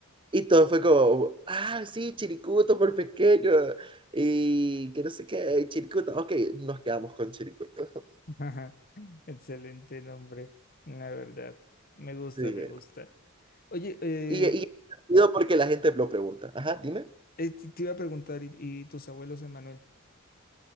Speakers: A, on the right; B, on the left.
A: Y todo fue como, ah, sí, Chiricuto por pequeño. Y que no sé qué, y Chiricuto. Ok, nos quedamos con Chiricuto.
B: ajá. <laughs> Excelente nombre, la verdad. Me gusta,
A: Sí.
B: me gusta. Oye, eh,
A: Y, y es divertido porque la gente lo pregunta. Ajá, dime.
B: eh, te te iba a preguntar, ¿y, y tus abuelos, Emanuel?